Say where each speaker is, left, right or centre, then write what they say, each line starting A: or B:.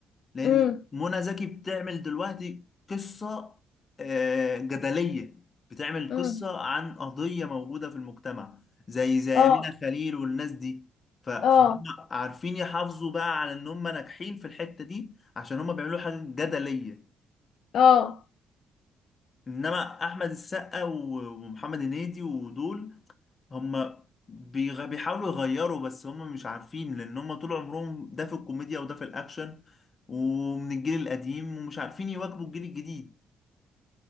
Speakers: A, on the left; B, on the left.
A: لان
B: امم
A: منى زكي بتعمل دلوقتي قصه آه، جدليه بتعمل
B: امم
A: قصه عن قضيه موجوده في المجتمع زي زي
B: اه
A: امينه خليل والناس دي ف- فهم
B: اه
A: عارفين يحافظوا بقى على ان هم ناجحين في الحته دي عشان هم بيعملوا حاجه جدليه
B: اه
A: انما احمد السقا و- ومحمد هنيدي ودول هم بيغ- بيحاولوا يغيروا بس هم مش عارفين لان هم طول عمرهم ده في الكوميديا وده في الاكشن ومن الجيل القديم ومش عارفين يواكبوا الجيل الجديد